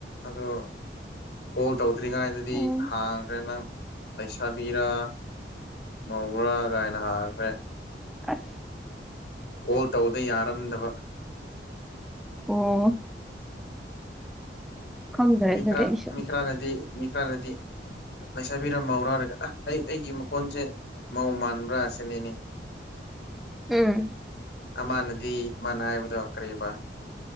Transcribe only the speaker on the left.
ꯑꯗꯨ ꯀꯣꯜ ꯇꯧꯗ꯭ꯔꯤꯉꯩꯗꯗꯤ
ꯍꯥꯡꯈ꯭ꯔꯦ ꯅꯪ ꯂꯩꯁꯥꯕꯤꯔ ꯃꯧꯔꯥ ꯀꯥꯏꯅ ꯍꯥꯡꯈ꯭ꯔꯦ꯫
ꯀꯣꯜ ꯇꯧꯕꯗ ꯌꯥꯔꯝꯗꯕ
ꯃꯤꯈꯔꯥ
ꯃꯤ ꯈꯔꯥꯅꯗꯤ ꯃꯤ ꯈꯔꯥꯅꯗꯤ꯫ ꯂꯩꯁꯥꯕꯤꯔꯝ ꯃꯧꯔꯥꯔꯒ ꯑ ꯑꯩ ꯑꯩꯒꯤ ꯃꯈꯣꯟꯁꯦ ꯃꯧ ꯃꯥꯟꯕ꯭ꯔꯥ ꯑꯁꯤꯅꯤꯅꯦ꯫
ꯃꯥꯅꯗꯤ ꯃꯥꯅ ꯍꯥꯏꯕꯗꯣ ꯀꯔꯤꯕ